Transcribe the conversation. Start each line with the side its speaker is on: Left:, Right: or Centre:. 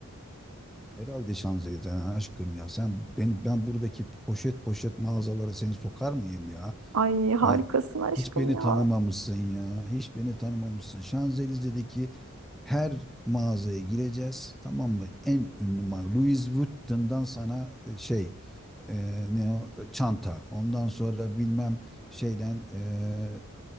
Centre: Herhalde Şanzelize'den aşkım ya sen beni ben buradaki poşet poşet mağazalara seni sokar mıyım ya?
Right: Ay harikasın
Centre: Yani
Right: aşkım
Centre: hiç beni
Right: ya.
Centre: tanımamışsın ya. Hiç beni tanımamışsın. Şanzelize'deki her mağazaya gireceğiz. Tamam mı? En ünlü marka. Louis Vuitton'dan sana e, şey e, ne o E, çanta. Ondan sonra bilmem şeyden e,